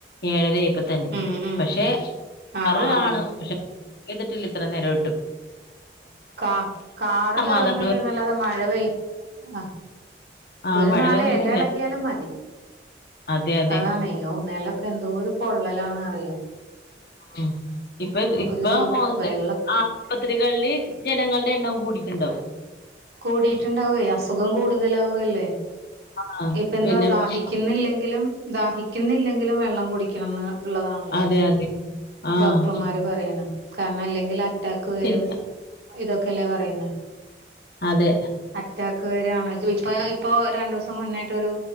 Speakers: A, on the left; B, on the right.
A: ഏഴരേപ്പ തന്നെ
B: ഉം ഉം
A: പക്ഷെ <unintelligible>
B: ആഹ് ആഹ്
A: പക്ഷേ <unintelligible> പെയ്തിട്ടില്ല ഇത്ര നേരോ
B: കാ കാറ്
A: സമാധാനം
B: കയറുന്നുണ്ട്ന്നല്ലാതെ മഴ പെയ് ആഹ്
A: ആഹ്
B: ഒരു
A: മഴ
B: നാല്
A: വരുന്നില്ല
B: എല എളകിയാലും മതി
A: അതെ അതെ
B: അതാണെ ഒഹ് നെലം ക്കെ എന്തോരു പൊള്ളലാണ്‌ അറിയോ
A: ഉം ഇപ്പ ഇപ്പോ
B: ഒരു ദി
A: ഹോ
B: വെള്ളം
A: ആഹ് പത്രികളിൽ ജനങ്ങളുടെ എണ്ണോം കൂടീട്ടെണ്ടാവും
B: കൂടിയിട്ടുണ്ടാവൊ അസുഖം കൂടുതലാവല്ലേ
A: ആഹ്
B: ഇപ്പ എന്താ
A: പിന്നെ
B: ദാഹിക്കുന്നില്ലെങ്കിലും
A: പ-
B: ദാഹിക്കുന്നില്ലെങ്കിലും വെള്ളം കുടിക്കണം ന്ന ഉള്ളതാണല്ലോ
A: അതെ അതെ ആഹ്
B: ഡോക്ടർമാർ പറയ്ണ കാരണം അല്ലെങ്കിൽ അറ്റാക്ക് വരും
A: ശരി
B: ഇതൊക്കെല്ലേ പറയുന്നെ
A: അതെ
B: അറ്റാക്ക് വരാണ് ഇപ്പ ഇപ്പോ രണ്ടുസം മുന്നെയിട്ടൊരു